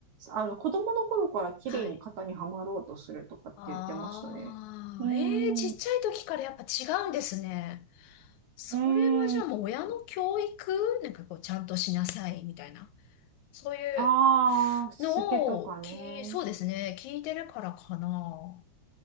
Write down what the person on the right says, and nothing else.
あの、子供の頃から綺麗に型にはまろうとするとかって言ってましたね。
うーん、
う
ーん、
ああ、しつけとかね。